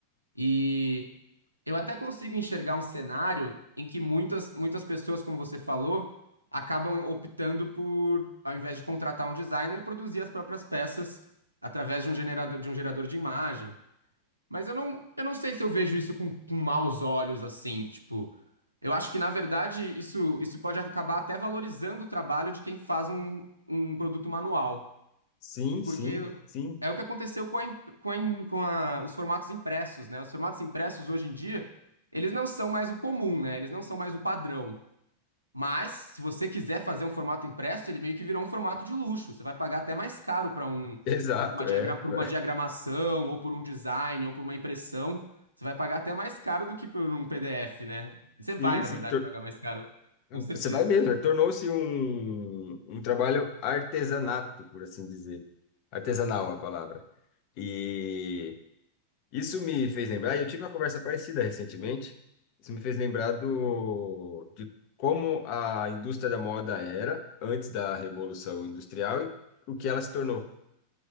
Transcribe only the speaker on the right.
e eu até consigo enxergar um cenário em que muitas, muitas pessoas, como você falou, acabam optando por, ao invés de contratar um designer, produzir as próprias peças através de um gerador, de um gerador de imagem. Mas eu não, eu não sei se eu vejo isso com, com maus olhos, assim, tipo. Eu acho que, na verdade, isso, isso pode acabar até valorizando o trabalho de quem faz um, um produto manual.
Porque
é o que aconteceu com, a, imp- com, a, im- com a- os formatos impressos, né? Os formatos impressos, hoje em dia, eles não são mais o comum, né? Eles não são mais o padrão. Mas, se você quiser fazer um formato impresso, ele meio que virou um formato de luxo. Você vai pagar até mais caro para um,
para uma diagra-
pra
uma diagramação, ou por um design, ou por uma impressão. Você vai pagar até mais caro do que por um PDF, né? Você
vai, na
verdade, pagar mais caro, com certeza.